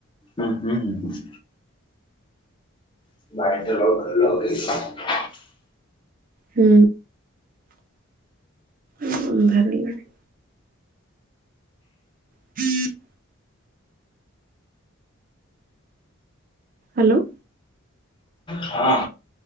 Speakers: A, on the left; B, on the right.
A: ହୁଁ ହୁଁ। <unintelligible>
B: ହୁଁ ଉଁ ଅନ୍ଧାର ହେଲାଣି। <inaudible> ହାଲୋ।
A: ହଁ।